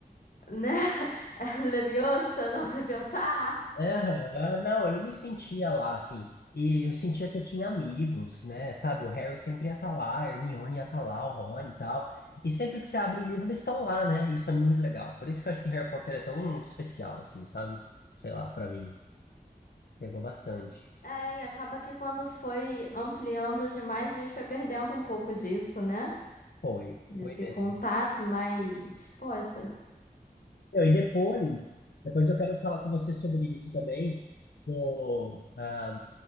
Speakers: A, on the left; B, on the left.
A: né? <laughs> Leviosa, não Leviosa. <laughs> Ah!
B: É, aham. não, eu me sentia lá, assim, e eu sentia que eu tinha amigos, né, sabe, o Harry sempre ia estar lá, a Hermione ia estar lá, o Rony e tal, e sempre que você abre o livro eles estão lá, né, isso é muito legal, por isso que eu acho que Harry Potter é tão especial, assim, sabe, sei lá, pra mim, pegou bastante,
A: É, e acaba que quando foi ampliando demais, a gente foi perdendo um pouco disso, né?
B: foi,
A: Desse
B: foi mesmo.
A: contato, mas, poxa,
B: Meu, e depois, depois eu quero falar com você sobre isso também, do, ah,